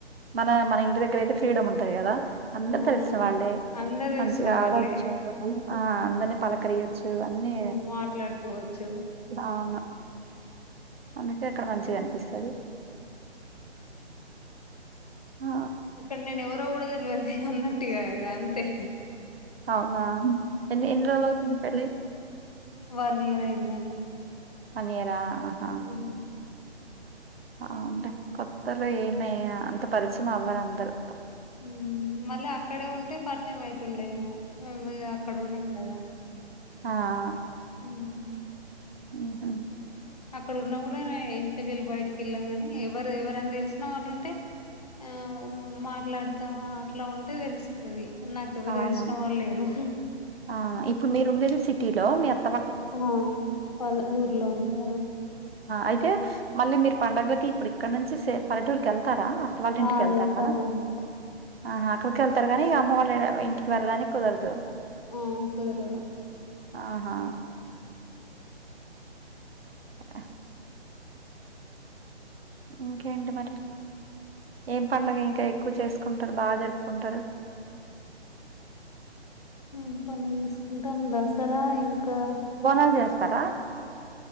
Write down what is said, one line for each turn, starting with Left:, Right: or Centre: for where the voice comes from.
Right: మన మన ఇంటి దగ్గర అయితే ఫ్రీడమ్ ఉంటది గదా అందరు
Left: ఆ
Right: తెలిసిన వాళ్ళే
Left: అందరు
Right: మంచిగా
Left: తెలిసిన వాళ్ళే.
Right: ఆడవచ్చు ఆ అందరిని పలకరియొచ్చు అన్నీ
Left: హ్మ్. మాట్లాడుకోవచ్చు.
Right: అవును అందుకే అక్కడ మంచిగా అనిపిస్తది ఆ
Left: ఇక్కడ నేను ఎవర్ ఎవరో గూడ తేలివదు అన్నటు గా ఇగా అంతే
Right: అవునా ఎన్ని రోజులు అవుతుంది పెళ్ళయి
Left: వన్ ఇయర్ అయిందండి
Right: వన్ ఇయర్ ఆహా
Left: మ్
Right: అవునులే కొత్తలో ఏమయ్యా అంత పరిచయం అవ్వరు అందరూ
Left: మ్ మళ్ళీ అక్కడే ఉంటే పరిచయం అయితుండేమో మేము ఇగా అక్కడ ఉండం గదా
Right: ఆఆ
Left: ఉమ్
Right: నీ స
Left: అక్కడ ఉన్న కూడా ఇంటికెళ్ళి బయటికి వెళ్ళాం కాని ఎవరు ఎవరైనా తెలిసినా వాళ్ళు ఉంటే ఆ మాట్లాడుతాం అట్లా ఉంటే తెలుస్ తది నాకెవరు
Right: అవును
Left: తెలిసిన వాళ్ళు లేరు
Right: ఆ ఇప్పుడు మీరు ఉండేది సిటీలో మీ అ
Left: ఆ పళ ఊర్లో ఉంటది
Right: అయితే మళ్ళీ మీరు పండుగలకి ఇప్పుడు ఇక్కడ నుంచి పల్లెటూరుకి వెళ్తారా వాళ్ళ ఇంటికెళ్తారా
Left: ఆ! వెళ్తామండి.
Right: ఆ అక్కడికి వెళ్తారు గానీ ఇక అమ్మ వాళ్ళు ఇంటికి వెళ్దానికి కుదరదు
Left: ఆ కుదరదు
Right: ఆహా అ ఇంకేంటి మరి ఏం పండగ ఇంకా ఎక్కువ చేసుకుంటారు బాగా జరుపుకుంటారు
Left: ఏం పండుగ తీసుకుంటాం దసరా ఇంకా
Right: బోనాలు చేస్తారా